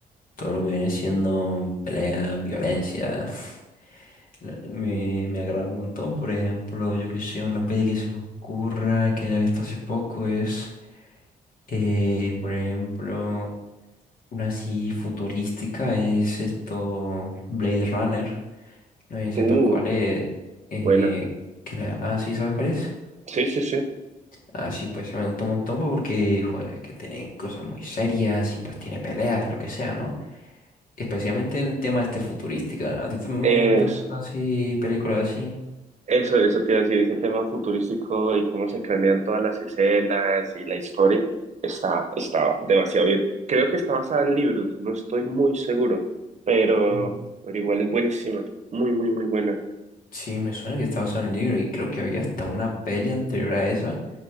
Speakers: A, on the left; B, on the right.
A: Todo lo que viene siendo pelea, violencia, <laughs> la- me, me agrada un montón, por ejemplo, yo que sé, una peli que se me ocurra, que haya visto hace poco es, eh, por ejemplo, una así futurística es esto, Blade Runner. No sé si sepas
B: Uh,
A: cuál es. eh,
B: buena.
A: que la... Ah, sí, ¿sabes cuál es?
B: Sí, sí, sí.
A: Ah, sí, pues me gustó un montón porque, joder, es que tienen cosas muy serias y pues tiene peleas y lo que sea, ¿no? Especialmente el tema este futurística. ¿A ti también
B: Eso,
A: te gustan así películas así?
B: eso, eso te iba a decir, ese tema futurístico y cómo se cranean todas las escenas y la historia, está, está demasiado bien. Creo que está basada en libros, no estoy muy seguro, pero,
A: Mm.
B: pero igual es buenísima, muy, muy, muy buena.
A: Sí, me suena que estaba basado en un libro y creo que había hasta una peli anterior a esa.